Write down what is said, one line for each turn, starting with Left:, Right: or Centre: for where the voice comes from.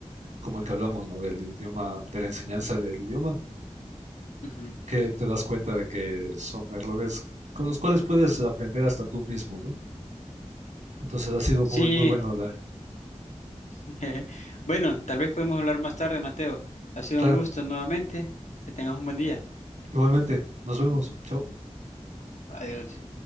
Right: como el que hablamos, ¿no? Del idioma, de la enseñanza del idioma,
Left: Ujú.
Right: que te das cuenta de que son errores con los cuales puedes aprender hasta tú mismo, ¿no? Entonces ha sido
Left: Sí,
Right: muy, muy bueno hablar.
Left: <laughs> bueno, tal vez podemos hablar más tarde, Mateo. Ha sido
Right: Claro,
Left: un gusto nuevamente. Que tengas un buen día.
Right: igualmente, nos vemos. Chao.
Left: Adiós.